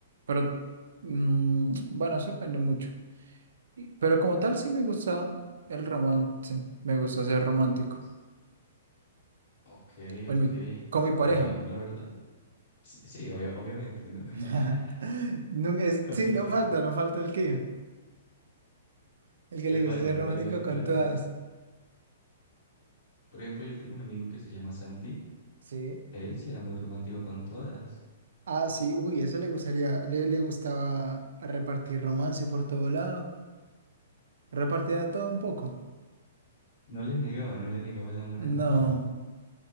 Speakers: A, on the right; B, on the left.
A: Pero mm, bueno, eso depende mucho. Y- Pero como tal, sí me gusta el romance, me gusta ser romántico.
B: ¿El romance? Ok,
A: Con
B: ok.
A: mi, con mi
B: Eh,
A: pareja.
B: la verdad. Sí, sí, obvia- obviamente, ¿no?
A: <laughs>
B: <laughs>
A: No, es,
B: Obviamente.
A: sí, no falta, no falta el que, el que
B: Es
A: le gusta
B: válida,
A: ser
B: es
A: romántico
B: válida la aclaración.
A: con todas.
B: Por ejemplo, yo tengo un amigo que se llama Santi.
A: Sí.
B: Él sí era muy romántico con todas.
A: Ah, sí, uy, eso le gustaría, le, le gustaba repartir romance por todo lado, repartía de todo un poco.
B: No le negaba, no le negaba el amor
A: No,
B: a nadie.